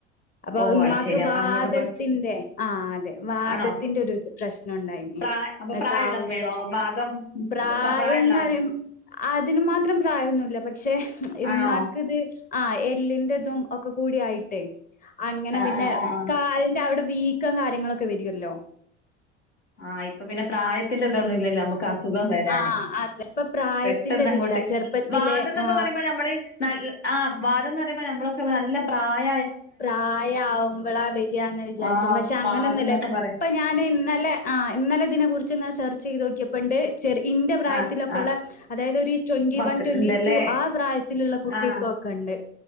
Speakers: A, on the left (about 25°); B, on the left (about 75°).
A: അപ്പൊ
B: ഓ
A: ഉമമാക്ക്
B: അത് ശെരി അപ്പൊ
A: വാദത്തിന്റെ
B: അങ്ങോട്ട് പോയി
A: ആ അതെ വാദത്തിന്റെ
B: ആണോ
A: ഒരു പ്രശ്നം ഉണ്ടായിന്
B: പ്രായ അപ്പൊ പ്രായമുള്ള
A: കാല്
B: ഉമ്മയാണോ
A: വേഗ
B: വാഗം
A: പ്രായംന്ന്
B: പ്രായമുള്ള ആള്
A: പറയാ അതിന് മാത്രം പ്രായൊന്നുമല്ല പക്ഷെ ഉമാക്ക്
B: ആണോ
A: ഇത് ആ എല്ലിറതും ഒക്കെ കൂടി ആ യിട്ടേ അങ്ങനെ
B: ആ
A: പിന്നെ
B: ആ ആ ആ
A: അവിടെ വീക്കും കാര്യങ്ങളൊക്കെ വരുല്ലോ
B: ആഹ് ഇപ്പൊ പിന്നെ പ്രായത്തിന്റെതൊന്നുംല്ലല്ലോ അസുഖം വരാനേ
A: ആ അതിപ്പോ പ്രായത്തിന്റെതില്ല
B: പെട്ടെന്ന് അങ്ങോട്ട്
A: ചെറുപ്പത്തിലെ
B: വാദം എന്നൊക്കെ
A: ആ
B: പറയുമ്പോ നമ്മള് ആ വാദംന്ന് പറയുമ്പോൾ നമ്മളൊക്കെ നല്ല പ്രായ
A: പ്രായ ആവുമ്പോളാ ബരിയാന്ന് വിചാരിക്കും
B: ആഹ്
A: പക്ഷെ അങ്ങനൊന്നുമില്ല
B: വാദം എന്നൊക്കെ പറയും
A: ഇപ്പൊ ഞൻ ഇന്നലെ ആ് ഇന്നലെ ഇതിനെ കുറിച്ച് ഇങ്ങെ സെർച്ച് ചെയ്ത് നോക്കിയപ്പുണ്ട് ചെറ ഇന്റെ പ്രായത്തിലൊക്കെ
B: ആഹ് ആഹ്
A: ഉള്ള അതായത് ഒരു ട്വന്റി
B: മക്ക്
A: വൺ ട്വന്റി
B: ഉണ്ടല്ലേ
A: ടു ആ പ്രായത്തിലുള്ള കുട്ടിക്കൊക്കെ
B: ആഹ്
A: ണ്ട്